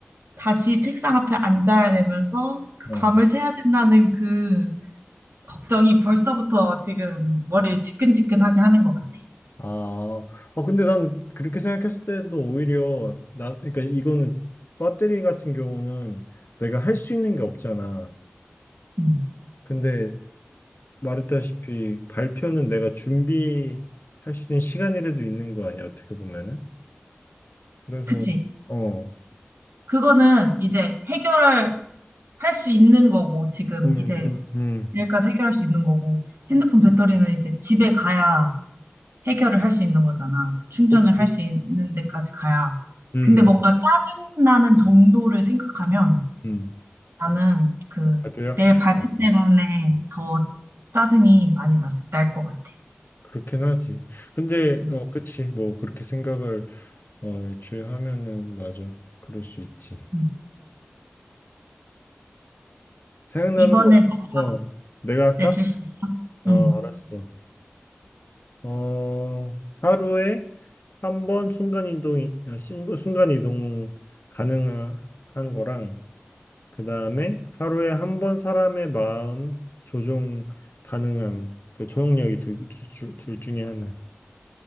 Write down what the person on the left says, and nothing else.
어.
아, 아, 근데 난 그렇게 생각했을 때도 오히려 나, 그러니까 이거는 배터리 같은 경우는 내가 할 수 있는 게 없잖아.
근데 말했다시피 발표는 내가 준비할 수 있는 시간이라도 있는 거 아니야, 어떻게 보면은. 그래서,
어,
음,
음, 음.
그렇지.
음,
음.
발표야?
어,
그렇긴 하지. 근데,
어, 그치. 뭐, 그렇게 생각을, 어, 애초에 하면은, 맞아. 그럴 수 있지.
생각나는
거,
어, 내가 할까?
어,
알았어. 어, 하루에 한 번 순간이동, 순간이동 가능한 거랑, 그 다음에 하루에 한 번 사람의 마음 조종 가능한 그 조종력이 둘, 둘, 줄- 둘 중에 하나.